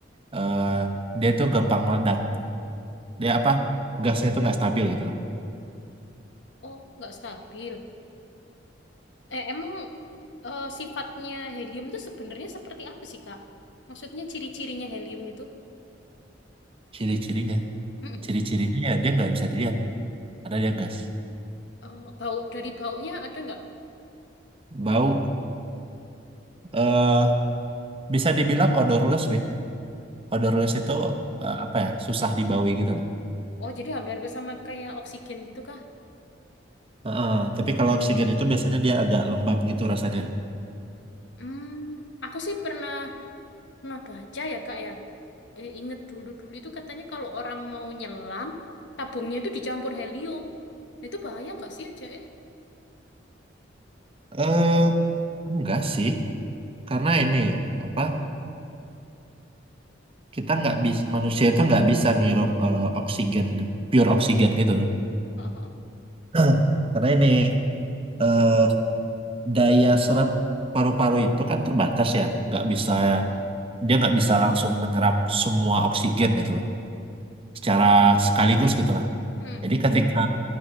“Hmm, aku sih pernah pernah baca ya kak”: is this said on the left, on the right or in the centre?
Left